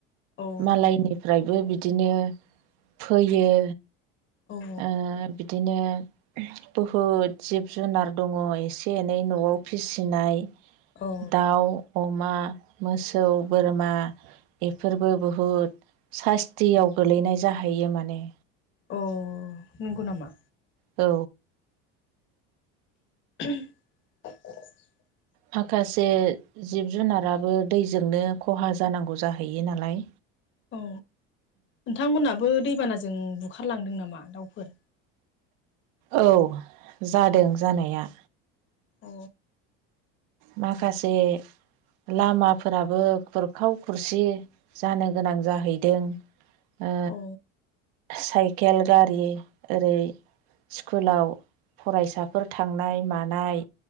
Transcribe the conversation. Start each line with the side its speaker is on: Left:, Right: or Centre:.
Left: औ
Right: मालायनिफ्रायबो बिदिनो फैयो।
Left: औ
Right: ओ बिदिनो। उम बहुद जिब जुनार दङ' एसे एनै न'आव फिसिनाय।
Left: औ
Right: दाउ अमा मोसौ बोरमा बेफोरबो बहुद सास्तियाव गोलैनाय जाहैयो माने।
Left: अ नोंगौ नामा!
Right: औ।
Left: <inaudible>
Right: माखासे जिब जुनाराबो दैजोंनो खहा जानांगौ जाहैयो नालाय।
Left: औ नोंथांमोननाबो दैबानाजों बुखारलांदों नामा दाउफोर?
Right: औ जादों जानाया-
Left: औ।
Right: माखासे लामाफोराबो खुरखाव खुरसि जानो गोनां जाहैदों। ओ
Left: औ
Right: साइकेल गारि ओरै स्कुलाव फरायसाफोर थांनाय मानाय